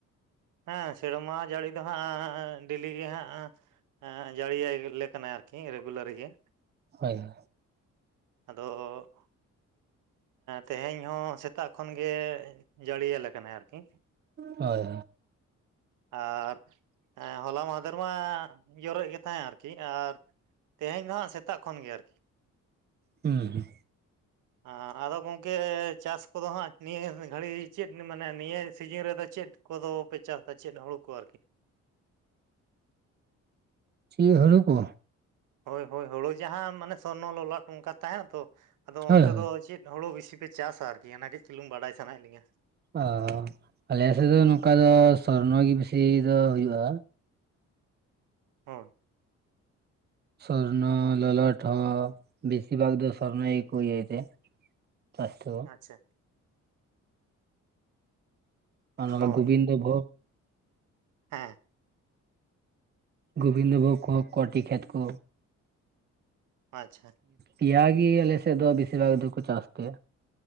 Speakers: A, on the right; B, on the right.
A: ᱦᱮᱸ ᱥᱮᱨᱢᱟ ᱡᱟᱹᱲᱤ ᱫᱚ ᱦᱟᱸᱜ ᱰᱮᱞᱤ ᱜᱮ ᱦᱟᱸᱜ᱾ ᱡᱟᱹᱲᱤᱞᱮ ᱠᱟᱱᱟᱭ ᱟᱨᱠᱤ ᱨᱮᱜᱩᱞᱟᱨ ᱜᱮ᱾
B: ᱦᱳᱭ ᱦᱳᱭ᱾
A: ᱟᱫᱚ ᱛᱮᱦᱮᱧ ᱦᱚᱸ ᱥᱮᱛᱟᱜ ᱠᱷᱚᱱ ᱜᱮ ᱡᱟᱹᱲᱤᱭᱟᱹᱞᱮ ᱟᱠᱟᱱᱟ ᱟᱨᱠᱤ᱾
B: ᱦᱳᱭ᱾
A: ᱟᱨ ᱦᱚᱞᱟ ᱢᱟᱦᱫᱮᱨ ᱢᱟ ᱡᱚᱨᱮᱫ ᱜᱮ ᱛᱟᱦᱮᱸ ᱟᱨᱠᱤ ᱟᱨ ᱛᱮᱦᱮᱧ ᱫᱚ ᱦᱟᱸᱜ ᱥᱮᱛᱟᱜ ᱠᱷᱚᱱ ᱜᱮ ᱟᱨᱠᱤ᱾
B: ᱦᱩᱸ ᱦᱩᱸ
A: ᱟᱸ ᱟᱫᱚ ᱜᱚᱢᱠᱮ ᱪᱟᱥ ᱠᱚᱫᱚ ᱦᱟᱸᱜ ᱱᱤᱭᱟᱹ ᱜᱷᱟᱹᱲᱤᱡ ᱪᱮᱫ ᱢᱟᱱᱮ ᱱᱤᱭᱟᱹ ᱥᱤᱡᱤᱱ ᱨᱮᱫᱚ ᱪᱮᱫ ᱠᱚᱫᱚ ᱯᱮ ᱪᱟᱥ ᱪᱮᱫ ᱦᱩᱲᱩ ᱠᱚ ᱟᱨᱠᱤ᱾
B: ᱪᱮᱫ ᱦᱳᱲᱳ ᱠᱚ?
A: ᱦᱳᱭ ᱦᱳᱭ ᱦᱳᱲᱳ ᱡᱟᱦᱟ ᱢᱟᱱᱮ ᱥᱚᱨᱱᱚ ᱞᱚᱞᱟᱴ ᱚᱱᱠᱟ ᱛᱟᱦᱮᱱᱟ ᱛᱚ, ᱟᱫᱚ ᱚᱱᱛᱮ
B: ᱦᱳᱭ ᱦᱳᱭ
A: ᱫᱚ ᱪᱮᱫ ᱦᱳᱲᱳ ᱵᱤᱥᱤ ᱯᱮ ᱪᱟᱥ-ᱟ ᱟᱨᱠᱤ, ᱚᱱᱟ ᱠᱟᱹᱡ ᱪᱩᱞᱩᱝ ᱵᱟᱰᱟᱭ ᱥᱟᱱᱟ ᱭᱮᱫ ᱞᱤᱧᱟᱹ?
B: ᱚ ᱟᱞᱮ ᱥᱮᱫ ᱫᱚ ᱱᱚᱝᱠᱟ ᱫᱚ ᱥᱚᱨᱱᱚ ᱜᱮ ᱵᱤᱥᱤ ᱫᱚ ᱦᱩᱭᱩᱜᱼᱟ᱾
A: ᱦᱳᱭ!
B: ᱥᱚᱨᱱᱚ ᱞᱚᱞᱟᱴ ᱦᱚᱸ ᱵᱮᱥᱤᱨ ᱵᱷᱟᱜ ᱫᱚ ᱥᱚᱨᱱᱚ ᱜᱮ ᱠᱚ ᱤᱭᱟᱹᱭ <unintelligible>
A: ᱟᱪᱪᱷᱟ
B: ᱟᱨ ᱱᱚᱝᱠᱟ
A: ᱦᱳᱭ
B: ᱜᱳᱵᱤᱱᱫᱚ ᱵᱷᱳᱜᱽ
A: ᱦᱮᱸ
B: ᱜᱳᱵᱤᱱᱫᱚ ᱵᱷᱳᱜ <unintelligible> ᱠᱚᱴᱤ ᱠᱷᱮᱛ ᱠᱚ᱾
A: ᱟᱪᱪᱷᱟ᱾
B: ᱯᱮᱭᱟ ᱜᱮ, ᱟᱞᱮ ᱥᱮᱫ ᱫᱚ ᱵᱮᱥᱤᱨ ᱵᱷᱟᱜ ᱫᱚᱠᱚ ᱪᱟᱥ ᱠᱮ᱾